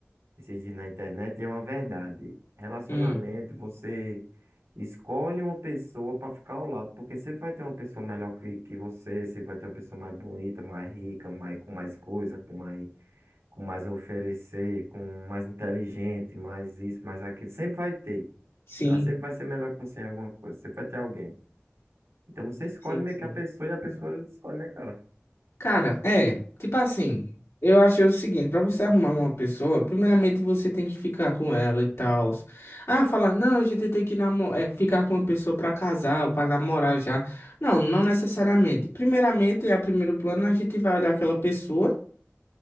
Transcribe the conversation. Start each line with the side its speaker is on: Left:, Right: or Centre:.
Right: esses dias na internet e é uma verdade. Relacionamento,
Left: hum,
Right: você escolhe uma pessoa pra ficar ao lado, porque sempre vai ter uma pessoa melhor que, que você, sempre vai ter uma pessoa mais bonita, mais rica, mais, com mais coisa, com mais, com mais a oferecer, com mais inteligente, mais isso, mais aquilo, sempre vai ter.
Left: sim,
Right: Ela sempre vai ser melhor que você em alguma coisa. Sempre vai ter alguém. Então você escolhe
Left: sim,
Right: meio
Left: sim.
Right: que a pessoa e a pessoa escolhe, né, cara?
Left: Cara, é, tipo assim, eu achei o seguinte, pra você arrumar uma pessoa, primeiramente você tem que ficar com ela e tal. Ah, falar, não, a gente tem que namo é, ficar com uma pessoa pra casar ou pra namorar já. Não, não necessariamente. Primeiramente, a primeiro plano, a gente vai olhar aquela pessoa